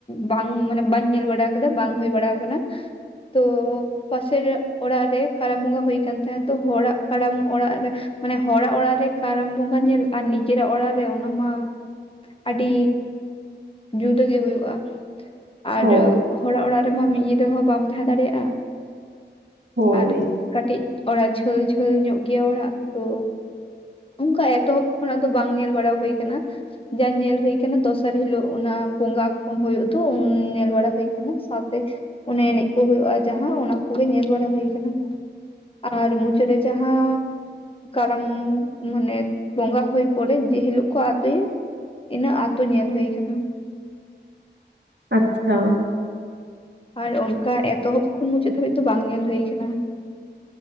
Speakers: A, on the left (about 30°); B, on the right (about 65°).
A: ᱵᱟᱝ ᱢᱟᱱᱮ ᱵᱟᱹᱧ ᱧᱮᱞ ᱵᱟᱲᱟ ᱠᱟᱫᱟ ᱵᱟᱝ ᱦᱩᱭ ᱵᱟᱲᱟᱣ ᱠᱟᱱᱟ ᱾ ᱛᱚ ᱯᱟᱥᱮᱨ ᱚᱲᱟᱜ ᱨᱮ ᱠᱟᱨᱟᱢ ᱵᱚᱸᱜᱟ ᱦᱩᱭ ᱠᱟᱱᱟᱱ ᱛᱟᱦᱮᱸᱱᱟ ᱛᱚ ᱦᱚᱲᱟᱜ ᱠᱟᱨᱟᱢ ᱚᱲᱟᱜ ᱨᱮ ᱢᱟᱱᱮ ᱦᱚᱲᱟᱜ ᱚᱲᱟᱜ ᱨᱮ ᱠᱟᱨᱟᱢ ᱵᱚᱸᱜᱟ ᱧᱮᱞ ᱟᱨ ᱱᱤᱡᱮᱨᱟᱜ ᱚᱲᱟᱜ ᱨᱮ ᱚᱱᱟ ᱢᱟ ᱟᱹᱰᱤ ᱡᱩᱫᱟᱹ ᱜᱮ ᱦᱳᱭᱳᱜᱼᱟ ᱾ ᱟᱨ
B: ᱦᱳᱭ
A: <unintelligible> ᱦᱚᱲᱟᱜ ᱚᱲᱟᱜ ᱨᱮᱢᱟ ᱢᱤᱫ ᱧᱤᱫᱟᱹ ᱦᱚᱸ ᱵᱟᱢ ᱛᱟᱦᱮᱸ ᱫᱟᱲᱮᱭᱟᱜᱼᱟ ᱾
B: ᱦᱳᱭ
A: ᱟᱨ ᱠᱟᱹᱴᱤᱡ ᱚᱲᱟᱜ ᱡᱷᱟᱹᱞ ᱡᱷᱟᱹᱞ ᱧᱚᱜ ᱜᱮᱭᱟ ᱚᱲᱟᱜ ᱛᱳᱻ ᱩᱝᱠᱟ ᱮᱛᱚᱦᱚᱵ ᱠᱷᱚᱱᱟᱜ ᱫᱚ ᱵᱟᱝ ᱧᱮᱞ ᱵᱟᱲᱟ ᱦᱩᱭ ᱠᱟᱱᱟ ᱾ ᱡᱟ ᱧᱮᱞ ᱦᱩᱭ ᱠᱟᱱᱟ ᱫᱚᱥᱟᱨ ᱦᱤᱞᱳᱜ ᱚᱱᱟ ᱵᱚᱸᱜᱟ ᱠᱚ ᱦᱳᱭᱳ ᱫᱚ ᱩᱱ ᱧᱮᱞ ᱵᱟᱲᱟ ᱦᱩᱭ ᱠᱟᱱᱟ ᱥᱟᱶᱛᱮ ᱚᱱᱮ ᱮᱱᱮᱡ ᱠᱚ ᱦᱩᱭᱩᱜᱼᱟ ᱡᱟᱦᱟ ᱚᱱᱟ ᱠᱚᱜᱮ ᱧᱮᱞ ᱵᱟᱲᱟ ᱦᱩᱭ ᱠᱟᱱᱟ᱾ ᱟᱨ ᱢᱩᱪᱟᱹᱫ ᱨᱮ ᱡᱟᱦᱟᱸᱼᱼ ᱠᱟᱨᱟᱢ ᱢᱟᱱᱮ, ᱵᱚᱸᱜᱟ ᱦᱩᱭ ᱯᱚᱨᱮ ᱡᱮ ᱦᱤᱞᱳᱜ ᱠᱚ ᱟᱛᱳᱭᱟ ᱤᱱᱟᱹᱜ ᱟᱛᱳ ᱧᱮᱞ ᱦᱩᱭ ᱠᱟᱱᱟ᱾
B: ᱟᱪᱪᱷᱟ᱾
A: ᱟᱨ ᱚᱱᱠᱟ ᱮᱛᱚᱦᱚᱵ ᱠᱷᱚᱱ ᱢᱩᱪᱟᱹᱫ ᱫᱷᱟᱹᱵᱤᱡ ᱫᱚ ᱵᱟᱝ ᱧᱮᱞ ᱦᱩᱭᱩ ᱠᱟᱱᱟ᱾